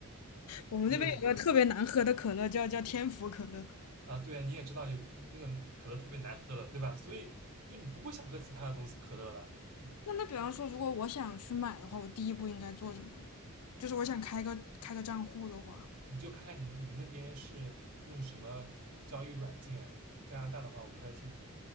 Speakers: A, on the left (about 80°); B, on the right (about 85°).
A: 我们这边有个特别难喝的可乐叫叫天府可乐。
B: 也有什么啊？对啊，你也知道有那个可乐特别难喝了，对吧？所以就你不会想喝其他的东西可乐了，嗯。
A: 那那比方说，如果我想去买的话，我第一步应该做什么呀？就是我想开个开个账户的话，
B: 你就看看你你们那边是用什么交易软件？加拿大的话我不太清楚，